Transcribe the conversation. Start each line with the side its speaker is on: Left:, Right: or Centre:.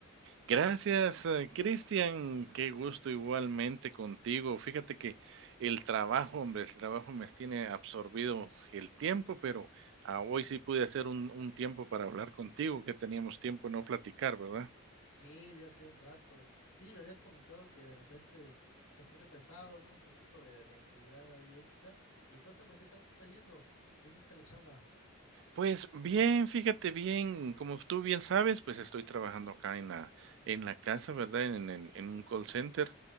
Right: Gracias, eh, Cristian. Qué gusto igualmente contigo. Fíjate que el trabajo, hombre, el trabajo me tiene absorbido el tiempo, pero ah, hoy sí pude hacer un, un tiempo para hablar contigo, que teníamos tiempo de no platicar, ¿verdad?
Left: Sí, ya hacía un rato. Sí, me habías comentado que de repente se pone pesado, ¿no? Un poquito de, de actividad ahí extra. Y cuéntame, ¿qué tal te está yendo? ¿Qué dice la chamba?
Right: Pues bien, fíjate bien, como tú bien sabes, pues estoy trabajando acá en la, en la casa, ¿verdad? En, en- en un call center